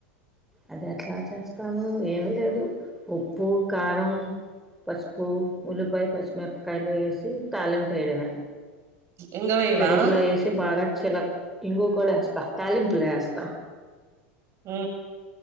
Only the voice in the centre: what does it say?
అది ఎట్లా చేస్తాను. ఏమి లేదు ఉప్పు కారం పసుపు ఉల్లిపాయ పచ్చిమిరపకాయలు వేసి తాళింపు వేయడమే
పెరుగులో వేసి బాగా చెలా కూడా ఇంగువా కూడా వేస్తా తలింపులో వేస్తా